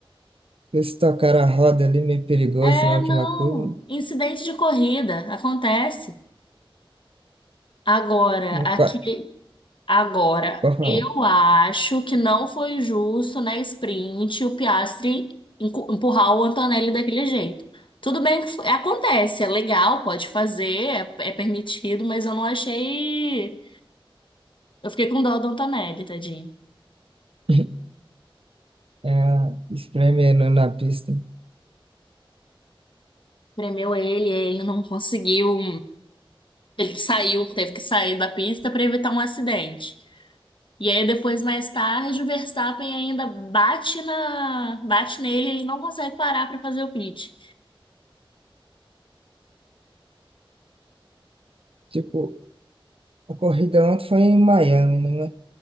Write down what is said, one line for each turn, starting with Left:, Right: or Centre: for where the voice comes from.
Right: Eles tocaram a roda ali, meio perigoso
Left: É,
Right: na última
Left: não.
Right: curva.
Left: Incidente de corrida acontece. Agora,
Right: Mas
Left: aqui.
Right: qua-
Left: Agora,
Right: pode falar.
Left: eu acho que não foi justo na sprint o Piastri encu- empurrar o Antonelli daquele jeito. Tudo bem que foi- acontece, é legal, pode fazer, é, é permitido, mas eu não achei. Eu fiquei com dó do Antonelli, tadinho.
Right: <laughs> É, espreme no na pista.
Left: Premeu ele, ele não conseguiu. Ele saiu, teve que sair da pista para evitar um acidente. E aí depois, mais tarde, o Verstappen ainda bate na, bate nele, ele não consegue parar para fazer o pit.
Right: Tipo, a corrida ontem foi em Miami, né?